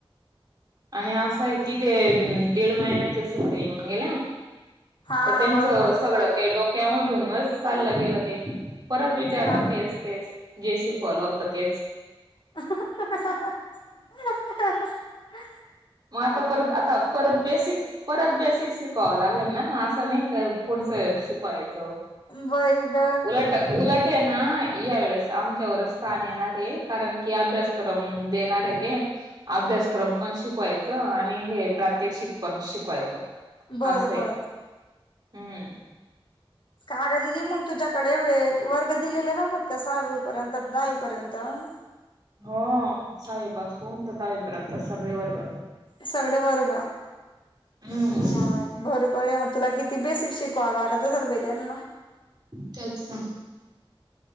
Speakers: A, on the right; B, on the left.
A: आणि असं आहे कि ते दीड महिन्याच्या सुट्या येऊन गेल्या
B: हा
A: तर त्यांच
B: बरोबर
A: सगळं ते ड कमधूनच चाललं गेलं ते परत विचारत
B: हा
A: तेच-तेच जे शिकवालं होतं तेच
B: <unintelligible>
A: मग आता परत आता परत बेसिक परत बेसिक शिकवावं लागेल ना असं नाही का? पुढचं शिकवायचं
B: बाई ग
A: उट उलट. हा या वेळेस आमच्यावरच स्थान येणार आहे कारण की अभ्यास करून देणारे ते अभ्यासक्रम पण शिकवायचं आणि हे प्रात्यक्षिक पण शिकवायचं
B: बर-बर,
A: असं आहे हम्म,
B: कागददी मग तुझ्याकडे एवढे वर्ग दिलेले राहत का सहावीपर्यंत दहावीपर्यंत. ह,
A: हो सहावीपासून तर दहावीपर्यंत सगळे वर्ग.
B: सगळे वर्ग
A: हम्म
B: म भरपर. तुला किती बेसिक शिकवा लाग तसल पाहि त्यांना.
A: तेच ना,